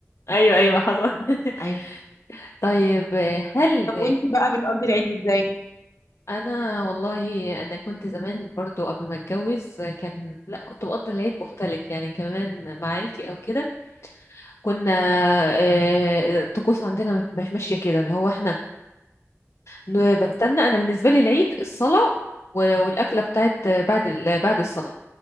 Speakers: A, on the left; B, on the left.
A: ايوه ايوه حصل <laughs>
B: ايوه
A: طيب آه، هل
B: طب وانت بقى بتقضي العيد ازاي
A: انا والله انا كنت زمان برضو قبل ما اتجوز كان لا كنت بقضي العيد مختلف يعني كمان مع عيلتي او كده كنا آه، الطقوس عندنا مش ماشيه كده اللي هو احنا ن- بستنى انا بالنسبه لي العيد الصلاه و- والاكله بتاعت بعد ال- بعد الصلاه